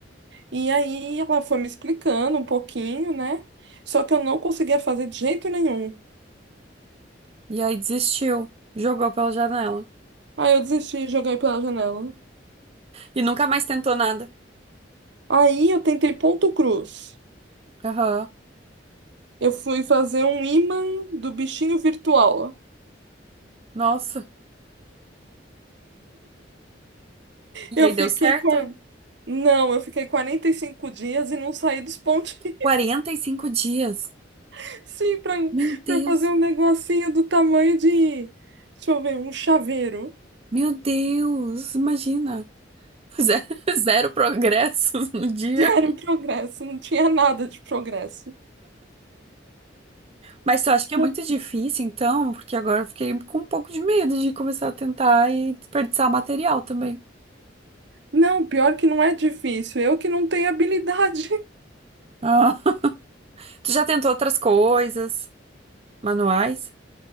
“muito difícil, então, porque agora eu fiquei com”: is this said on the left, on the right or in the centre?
Right